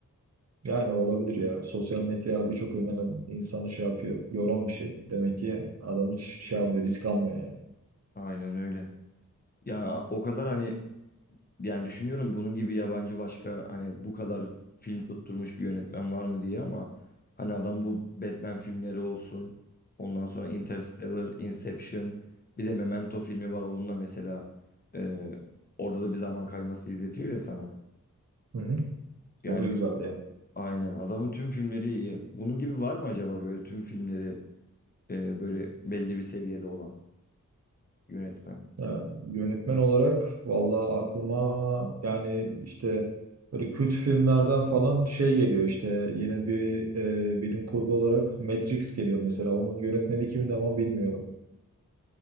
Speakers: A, on the right; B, on the left.
A: Yani olabilir ya. Sosyal medya birçok yönden insanı şey yapıyor. Yoran bir şey. Demek ki adam hiç şey yapmıyor, risk almıyor yani.
B: Aynen öyle. Ya o kadar hani Yani düşünüyorum bunun gibi yabancı başka hani bu kadar film tutturmuş bir yönetmen var mı diye ama hani adam bu Batman filmleri olsun. Ondan sonra Interstellar, Inception, bir de Memento filmi var onunla mesela e, orada da bir zaman kayması izletiyor ya sana.
A: Hı hı.
B: Yani
A: O da güzeldi yani.
B: aynen adamın tüm filmleri iyi. Bunun gibi var mı acaba böyle tüm filmleri e, böyle belli bir seviyede olan yönetmen?
A: Ya, yönetmen olarak vallahi aklıma yani işte böyle kült filmlerden falan şey geliyor işte yine bir e, bilim kurgu olarak Matrix geliyor mesela. Onun yönetmeni kimdi ama bilmiyorum.